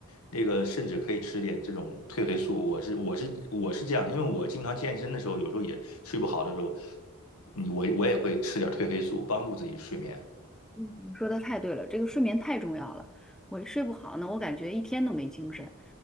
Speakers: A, on the left; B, in the centre.
A: 那个，甚至可以吃点这种褪黑素，我是我是我是这样的，因为我经常健身的时候，有时候也睡不好的时候，你我我也会吃点褪黑素，帮助自己睡眠。
B: 你说的太对了，这个睡眠太重要了。我一睡不好呢，我感觉一天都没精神。